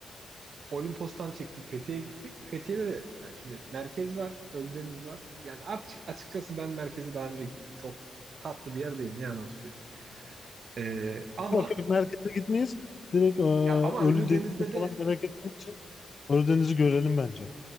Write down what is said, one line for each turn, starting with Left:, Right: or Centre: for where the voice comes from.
Right: Olimpos'tan çıktık Fethiye'ye gittik. Fethiye'de de yani şimdi merkez var, Ölüdeniz var. Yani aç- açıkçası ben merkeze daha önce gittim. Çok tatlı bir yer değil ne yalan söyleyeyim. Ee, ama
Left: Yok yok merkeze gitmeyiz. Direkt e,
Right: ya ama Ölüdeniz'de
Left: Ölüdeniz'i
Right: de
Left: falan merak ettiğim için Ölüdeniz'i görelim bence.